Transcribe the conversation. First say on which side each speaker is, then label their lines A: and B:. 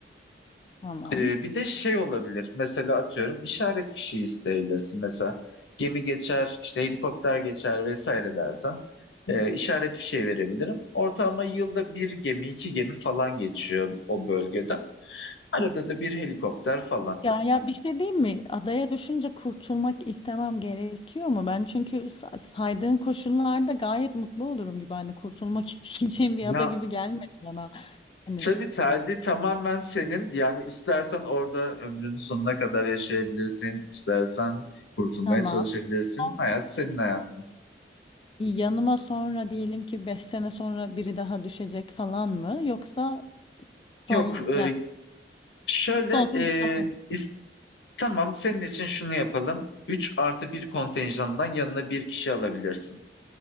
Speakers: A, on the left; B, on the left.
A: Tamam.
B: Ee, bir de şey olabilir. Mesela atıyorum işaret fişi isteyebilirsin. Mesela gemi geçer, işte helikopter geçer vesaire dersen e, işaret fişi verebilirim. Ortalama yılda bir gemi, iki gemi falan geçiyor o bölgeden. Arada da bir helikopter falan.
A: Ya ya bir şey diyeyim mi? Adaya düşünce kurtulmak istemem gerekiyor mu? Ben çünkü sa- saydığın koşullarda gayet mutlu olurum gibi. Hani kurtulmak <laughs> isteyeceğim bir
B: Ya
A: ada gibi gelmedi bana. Hani
B: tabii tercih tamamen senin. Yani istersen orada ömrünün sonuna kadar yaşayabilirsin, istersen kurtulmaya
A: tamam.
B: çalışabilirsin.
A: olmayacak.
B: Hayat senin hayatın.
A: Yanıma sonra diyelim ki 5 sene sonra biri daha düşecek falan mı? Yoksa
B: Yok,
A: son
B: e,
A: yani
B: şöyle
A: sonsuz
B: e,
A: yalnız.
B: is- tamam senin için şunu yapalım. 3 artı bir kontenjandan yanına bir kişi alabilirsin.